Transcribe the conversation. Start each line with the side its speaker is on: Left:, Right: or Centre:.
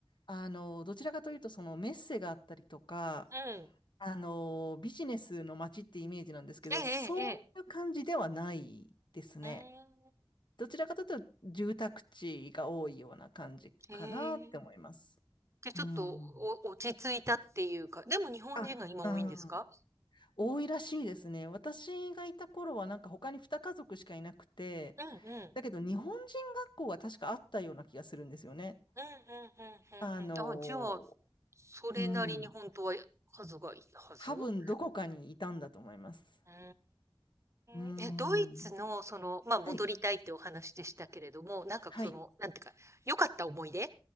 Left: あの、どちらかというと、そのメッセがあったりとか、
Right: うん。
Left: あの、ビジネスの街ってイメージなんですけど、
Right: ええええええ。
Left: そういう感じではないですね。
Right: うーん、
Left: どちらかというと、住宅地が多いような感じかなって思います。
Right: へえ。で、ちょっと、
Left: うん。
Right: お落ち着いたっていうか、でも日本人が今多いんですか？
Left: あ、うん。多いらしいですね。私がいた頃はなんか他に2家族しかいなくて、
Right: うんうん。
Left: だけど日本人学校が確かあったような気がするんですよね。
Right: うんうん、うんふんふん。
Left: あの、
Right: あ、じゃあ、それなりに本当は、
Left: うん。
Right: 数がいたはず？
Left: 多分どこかにいたんだと思います。
Right: うー
Left: うん。
Right: ん。え、ドイツのその、ま、戻りたいってお話でしたけれども、
Left: はい。
Right: なんかその、
Left: はい。
Right: なんていうか、良かった思い出？